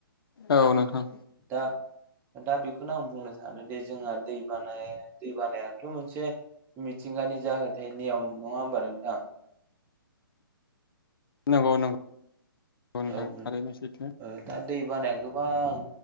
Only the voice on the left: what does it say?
औ नोंथां।
नंगौ नंगौ। नोंथां
थारैनो सैथो